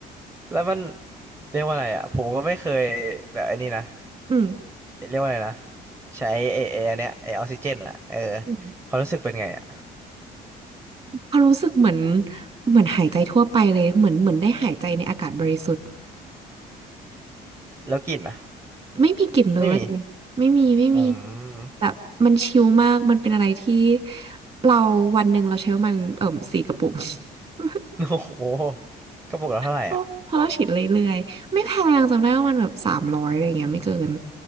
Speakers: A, on the right (about 15°); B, on the right (about 35°).
A: แล้วมันเรียกว่าอะไรอ่ะผมก็ไม่เคยแบบไอ้นี่นะ
B: อืม
A: เรียกว่าอะไรนะใช้ไอ้ไอ้อันเนี้ยไอ้ออกซิเจนอ่ะเออ
B: อืม
A: ความรู้สึกเป็นไงอ่ะ
B: ความรู้สึกเหมือนเหมือนหายใจทั่วไปเลยเหมือนเหมือนได้หายใจในอากาศบริสุทธิ์
A: แล้วกลิ่นอ่ะ
B: ไม่มีกลิ่นเลย
A: ไม่มี
B: ไม่มีไม่มี
A: อืม
B: แบบมันชิลมาก มันเป็นอะไรที่เราวันหนึ่งเราใช้ประมันเอ่มสี่กระปุก <laughs>
A: <laughs> โอ้โหกระปุกละเท่าไหร่อ่ะ
B: เพราะเราฉีดเรื่อยๆไม่แพงจำได้ว่ามันแบบสามร้อยอะไรอย่างเงี้ยไม่เกิน